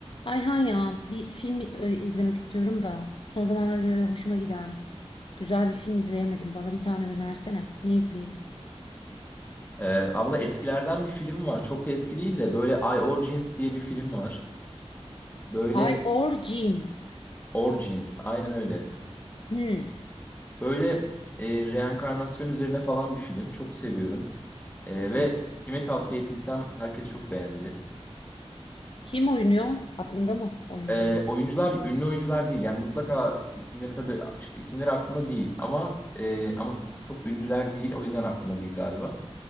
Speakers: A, on the left (about 50°); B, on the left (about 15°).
A: Ayhan ya bir film e, izlemek istiyorum da son zamanlarda böyle hoşuma giden güzel bir film izleyemedim. Bana bir tane önersene. Ne izleyeyim?
B: Ee, abla eskilerden bir film var. Çok da eski değil de böyle I Origins diye bir film var. Böyle
A: I Origins.
B: Origins aynen öyle.
A: Hmm.
B: Böyle e, reenkarnasyon üzerine falan bir film. Çok seviyorum. E,
A: hmm.
B: ve kime tavsiye ettiysem herkes çok beğendi.
A: Kim oynuyor? Aklında mı oyuncu?
B: E, oyuncular ünlü oyuncular değil. Yani mutlaka isimleri tabii isimleri aklımda değil ama e, ama çok ünlüler değil. O yüzden aklımda değil galiba.